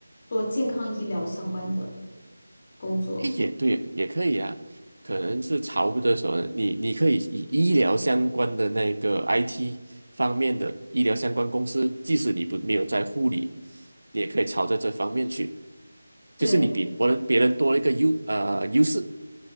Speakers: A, on the left; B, on the right.
A: 做健康医疗相关的工作。
B: 诶也对，也可以啊。可能是潮的时候，你你可以以医疗相关的那个 IT 方面的医疗相关公司，即使你不没有在护理，你也可以朝着这方面去，
A: 对
B: 就是你比别人别人多了一个优呃优势。